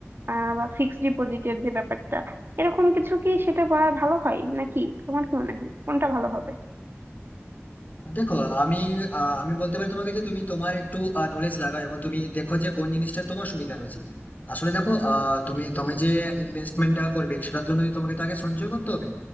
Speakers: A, on the right (about 55°); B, on the left (about 35°).
A: আহ, বা ফিক্সড ডিপোজিটের যে ব্যাপারটা এরকম কিছু কি সেটা বা ভালো হয় নাকি তোমার কি মনে হয় কোনটা ভালো হবে
B: দেখো আমি আহ, আমি বলতে পারি তোমাকে যে তুমি তোমার একটু নলেজ লাগাও এবং তুমি দেখো যে কোন জিনিসটা তোমার সুবিধা রয়েছে আসলে দেখো আহ, তুমি তুমি যে ইনভেস্টমেন্টটা করবে সেটার জন্য যদি তোমাকে তো আগে সঞ্চয় করতে হবে